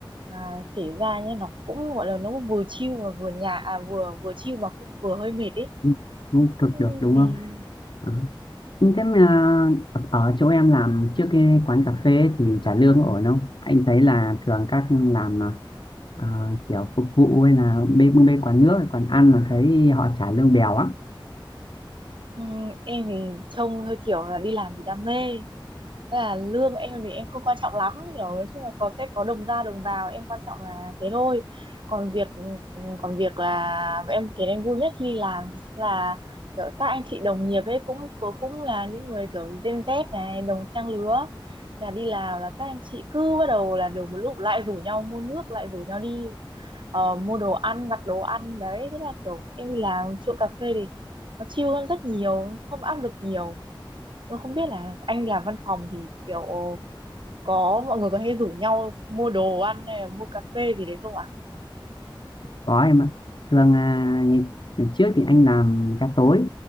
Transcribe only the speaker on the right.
mà kể ra nhé nó cũng gọi là nó cũng vừa chill mà vừa nhà à vừa vừa chill mà cũng vừa hơi mệt ấy
Ừ,
thì
ừ, em thì trông hơi kiểu là đi làm vì đam mê Tức là lương em thì em không quan trọng lắm hiểu nói chung là có sẽ có đồng ra đồng vào em quan trọng là thế thôi còn việc còn việc là em khiến em vui nhất khi đi làm thì chính là kiểu các anh chị đồng nghiệp ấy cũng cũng là những người kiểu Gen Z này đồng trang lứa là đi làm là các anh chị cứ bắt đầu là đều một lúc lại rủ nhau mua nước lại rủ nhau đi ờ, mua đồ ăn đặt đồ ăn đấy thế là kiểu em đi làm chỗ cà phê thì nó chill hơn rất nhiều không áp lực nhiều tôi không biết là anh làm văn phòng thì kiểu có mọi người có hay rủ nhau mua đồ ăn hay là mua cà phê gì đấy không ạ?